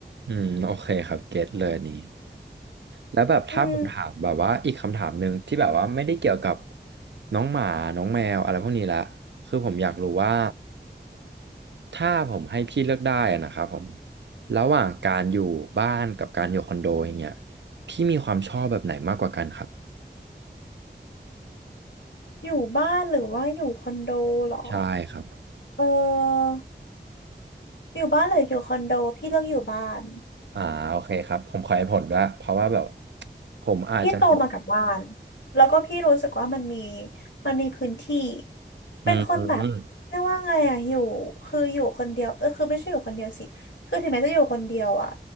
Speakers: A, on the right (about 75°); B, on the left (about 85°).
A: อืมโอเคครับเก็ตเลยอันนี้ แล้วแบบถ้าผมถามแบบว่าอีกคำถามหนึ่งที่แบบว่าไม่ได้เกี่ยวกับ
B: อืม
A: น้องหมาน้องแมวอะไรพวกนี้ละคือผมอยากรู้ว่าถ้าผมให้พี่เลือกได้อะนะครับผมระหว่างการอยู่บ้านกับการอยู่คอนโดอย่างเงี้ยพี่มีความชอบแบบไหนมากกว่ากันครับ
B: อยู่บ้านหรือว่าอยู่คอนโดเหรอ
A: ใช่ครับ
B: เอออยู่บ้านหรืออยู่คอนโดพี่เลือกอยู่บ้าน
A: อ่าโอเคครับผมขอให้ผลด้วยเพราะว่าแบบผมอาจจะ
B: พี่โตมากับบ้านแล้วก็พี่รู้สึกว่ามันมีมันมีพื้นที่เป็นคนแบบเรียกว่าไงอะอยู่คืออยู่คนเดียวเออคือไม่ใช่อยู่คนเดียวสิคือถึงแม้จะอยู่คนเดียวอะ
A: อืม